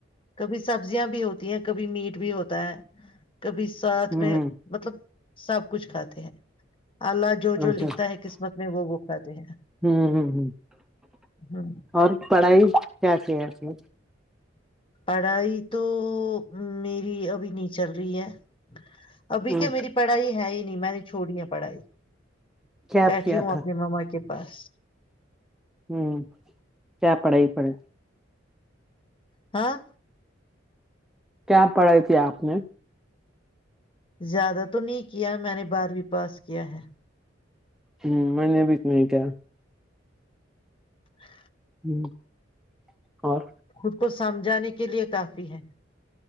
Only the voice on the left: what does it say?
کبھی سبزیاں بھی ہوتی ہیں کبھی میٹ بھی ہوتا ہے کبھی ساتھ
میں مطلب سب کچھ کھاتے ہیں الہ جو جو
لکھتا ہے قسمت میں وہ وہ کھاتے ہیں
ہ
پڑھائی تو میری ابھی نہیں چل رہ ت ہے ابھی
کیا میری پڑھائی ہے ہی نہیں میں نے چھوڑیا پڑھائی
بیٹھی
ہوں
اپنے ماما کے پاس فقٹذ؀ںوع
ہاں
زیادہ تو نہیں کیا میں نے بارہویں پاس کیا ہے
ہ
خود کو سمجھانے کے لیے کافی ہے